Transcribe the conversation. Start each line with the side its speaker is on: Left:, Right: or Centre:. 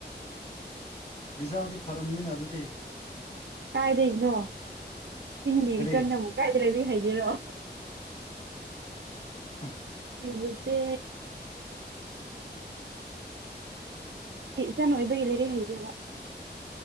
Left: ꯔꯤꯖꯜꯗꯤ ꯐꯔꯝꯅꯤꯅ ꯑꯗꯨꯗꯤ
Right: ꯀꯥꯏꯗꯩꯅꯣ ꯆꯤꯡꯒꯤ
Left: ꯀꯔꯤ
Right: ꯏꯆꯟꯅꯕꯨ ꯀꯥꯏꯗꯩ ꯂꯩꯔꯤꯀ ꯍꯩ ꯔꯣ
Left: ꯍꯝ
Right: ꯁꯤꯖꯠꯇꯦ ꯆꯤꯡꯒꯤ ꯏꯆꯟ ꯑꯣꯏꯕꯒꯤ ꯂꯩꯔꯤꯛ ꯍꯩꯇꯦꯕ